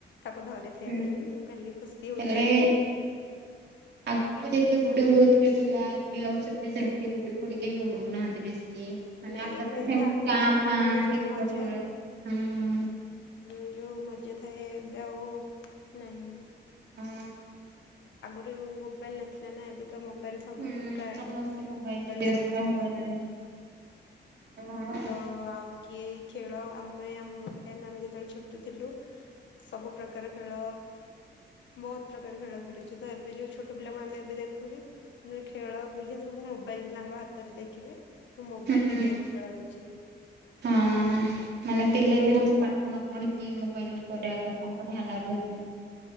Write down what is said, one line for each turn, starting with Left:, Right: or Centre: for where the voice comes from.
Left: ତାକୁ ଧରିଥାଏ
Right: ହୁଁ
Left: ଖାଲି, ମୁଁ ଖାଲି ଖୁସି ହଉଥାଏ।
Right: ହେଲେ ଆଗରୁ ଯେତେ ଗୁଡି ଉଡଉଥିଲେ ପିଲା ଏବେ ଆଉ ସେତେ ସେମିତି ଗୁଡି ଫୁଡି କେହି ଉଡଉନାହାନ୍ତି ବେଶି। ମାନେ
Left: ନାଇଁ
Right: ଆକାଶରେ
Left: ବେଶୀ
Right: ସେମତି
Left: ଆଗରୁ
Right: କାଁ
Left: ଛୋଟ
Right: ଭାଁ
Left: ବେଳେ ଯୋଉ
Right: ଦେଖିବାକୁ
Left: ମଜା
Right: ମିଳେ, ହୁଁ।
Left: ସେ ଯୋଉ ମଜା ଥାଏ ଏବେ ଆଉନାହିଁ।
Right: ହଁ
Left: ଯୋଉ ମୋବାଇଲ ନଥିଲା ନା ଏବେ। ତ ମୋବାଇଲ ସମସ୍ତେ
Right: ହୁଁ
Left: ପ୍ରାୟ
Right: ସମସ୍ତେ ମୋବାଇଲରେ
Left: ମୋବାଇଲ
Right: ବ୍ୟସ୍ତ
Left: ସମସ୍ତେ
Right: ହେଇଗଲେଣି।
Left: ଧରଲେ।
Right: ହଁ
Left: ତ ଆଉ କିଏ? ଖେଳ ଆମେ ଆମ ଟାଇମ ଆମେ ଯେତେବେଳେ ଛୋଟ ଥିଲୁ। ସବୁ ପ୍ରକାର ଖେଳ ବହୁତ ପ୍ରକାର ଖେଳ ଖେଳିଚୁ ତ ଏବେ ଯୋଉ ଛୋଟ ପିଲାଙ୍କୁ ଆମେ ଏବେ ଦେଖୁଛୁ ମାନେ ଖେଳ ଆପେକ୍ଷା ସବୁ ମୋବାଇଲ ହାତରେ ଦେଖିବେ ମୁଁ ମୋବାଇଲ
Right: ହୁଁ।
Left: ରେ ଗେମ ଖେଳାହଉଛି।
Right: ହଁ ମାନେ ପିଲା ବି ମୁଁ ପାଠ ନ ପଢିଛିି ମୋବାଇଲ ଉପରେ ଆଗ ତାଙ୍କ ଧ୍ୟାନ ରହୁଛି।